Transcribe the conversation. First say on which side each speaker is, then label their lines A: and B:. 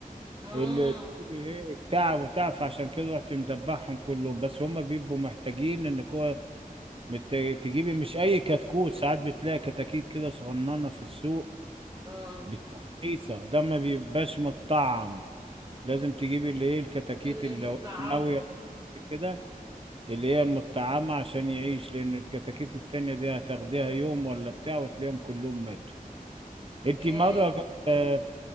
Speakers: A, on the right; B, on the right.
A: اه
B: اللي ايه التعب وتعب فعشان كده رحت مدبحهم كلهم بس هما بيبقوا محتاجين انك هو مت- تجيبي مش اي كتكوت ساعات بتلاقي كتاكيت كده صغننه في السوق
A: اه
B: بتبقى رخيصه ده ما بيبقاش متطعم لازم تجيبي اللي ايه الكتاكيت
A: اللي
B: اللي
A: مطعمة
B: لو إنت ناويه كده اللي هي المطعمة عشان يعيش لأن الكتاكيت التانية دي هتاخديها يوم ولا بتاع وتلاقيهم كلهم ماتوا انت
A: ياه
B: مرة جر- آه،